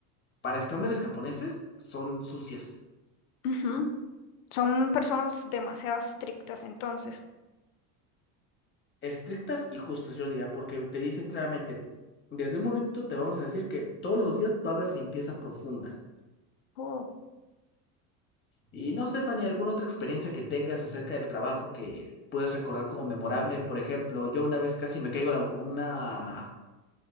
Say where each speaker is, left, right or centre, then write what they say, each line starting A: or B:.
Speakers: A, on the left (about 25°); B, on the left (about 75°).
A: para estándares japoneses, son sucias,
B: ujú. Son personas demasiado estrictas entonces.
A: estrictas y justas, yo diría, porque te dicen claramente, desde un momento te vamos a decir que todos los días va a haber limpieza profunda.
B: Oh,
A: Y no sé, Fanny, ¿alguna otra experiencia que tengas acerca del trabajo que puedes recordar como memorable? Por ejemplo, yo una vez casi me caigo la- una